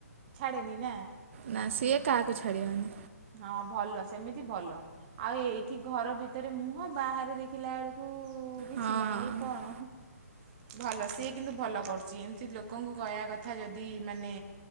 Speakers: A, on the right; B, on the right.
A: ଛାଡ଼େନି ନା?
B: ନା ସିଏ କାହାକୁ ଛାଡ଼ିଅନି।
A: ହଁ ଭଲ ସେମିତି ଭଲ। ଆଉ ଏଇଠି ଘର ଭିତରେ ମୁହଁ ବାହାରେ ଦେଖିଲା ବେଳକୁ କିଛି
B: ହଁ
A: ନାଇଁ ଇଏ କଣ? ଭଲ ସିଏ କିନ୍ତୁ ଭଲ କରୁଛି ଏମିତି ଲୋକଙ୍କୁ କହିବା କଥା ଯଦି ମାନେ